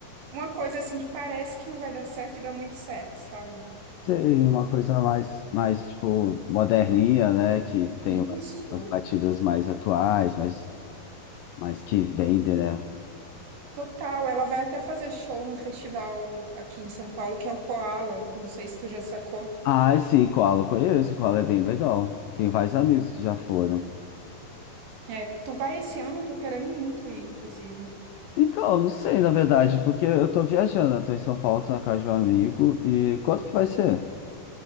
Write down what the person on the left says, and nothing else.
Seria uma coisa mais, mais tipo, moderninha, né? Que tem
umas, umas batidas mais atuais, mas, mas que vendem, né?
Ah, sim, Koala eu conheço, Koala é bem legal. Tem vários amigos que já foram.
Então, eu não sei, na verdade, porque eu tô viajando, eu tô em São Paulo, tô na casa de um amigo, e quanto que vai ser?